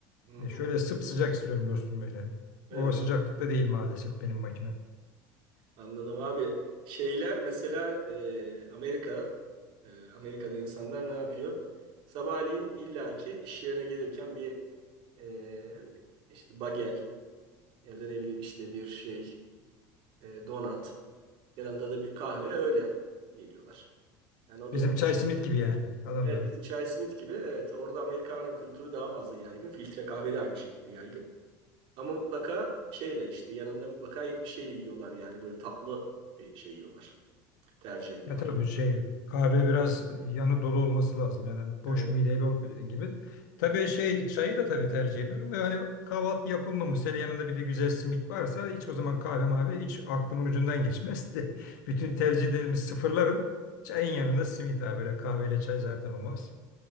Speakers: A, on the right; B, on the left.
A: Hı
B: E,
A: hı.
B: şöyle sıcak istiyorum dostum böyle. O
A: Evet.
B: sıcaklıkta değil maalesef benim makine.
A: Anladım abi. Şeyler mesela e, Amerika e, Amerika'da insanlar ne yapıyor? Sabahleyin illaki iş yerine gelirken bir e, işte bagel ya da ne bileyim işte bir şey e, donat yanında da bir kahve öyle geliyorlar. Yani o
B: Bizim
A: da onlar
B: çay simit gibi yani adamların.
A: Evet bizim Chai Smith gibi evet orada Americano kültürü daha fazla yaygın. Filtre kahve de aynı şekilde yaygın. Ama mutlaka şeyle işte yanında mutlaka bir şey yiyorlar yani böyle tatlı bir şey yiyorlar. Tercih ediyorlar.
B: Ya tabii şey kahve biraz yanı dolu olması lazım. Yani boş
A: Evet,
B: mideyle olmuyor dediğin gibi.
A: evet.
B: Tabii şey çayı da tabii tercih ediyorum. da Yani kahvaltı yapılmamış. Hele yanında bir de güzel simit varsa hiç o zaman kahve mavi hiç aklımın ucundan geçmezdi. <laughs> Bütün tercihlerimi sıfırlarım. Çayın yanında simit abi böyle kahveyle çay zaten olmaz.